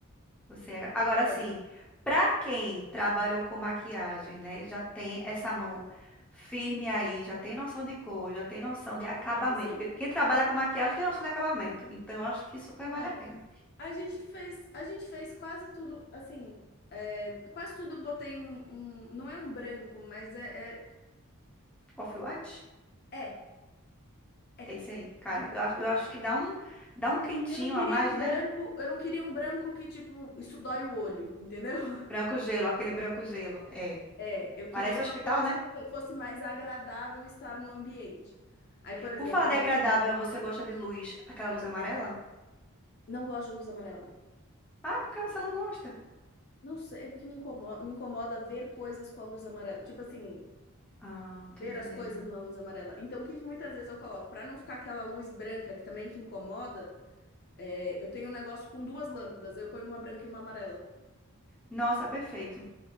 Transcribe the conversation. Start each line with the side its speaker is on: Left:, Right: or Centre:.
Centre: Você é- Agora sim,
Left: É,
Centre: para quem trabalhou com maquiagem, né, já tem essa mão firme aí, já tem noção de cor, já tem noção de acabamento,
Left: não, assim,
Centre: porque quem trabalha com maquiagem tem noção de acabamento. Então eu acho que super vale
Left: é,
Centre: a pena.
Left: a gente fez, a gente fez quase tudo, assim, é, quase tudo eu botei um, um- não é um branco, mas é,
Centre: Off-White,
Left: é, é. é
Centre: é esse aí, cara. Eu, acho- eu acho que dá um dá um quentinho
Left: Eu não queria
Centre: a mais,
Left: um
Centre: né?
Left: branco, eu não queria um branco que, tipo, isso dói o olho, entendeu? <laughs>
Centre: Branco gelo, aquele branco gelo. É,
Left: É, eu queria
Centre: parece
Left: uma
Centre: hospital,
Left: coisa
Centre: né?
Left: que fosse mais agradável estar no ambiente. Aí, por exemplo,
Centre: Por falar de
Left: eu
Centre: agradável, você gosta de luz, aquela luz amarela?
Left: não gosto de luz amarela.
Centre: Ah, porque você não gosta?
Left: Não sei, é porque me incomoda, me incomoda ver coisas com a luz amarela. Tipo assim,
Centre: Ah, tô
Left: ver
Centre: entendendo.
Left: as coisas na luz amarela. Então, o que que muitas vezes eu coloco? Para não ficar aquela luz branca que também que incomoda, é, eu tenho um negócio com duas lâmpadas. Eu ponho uma branca e uma amarela.
Centre: Nossa, perfeito.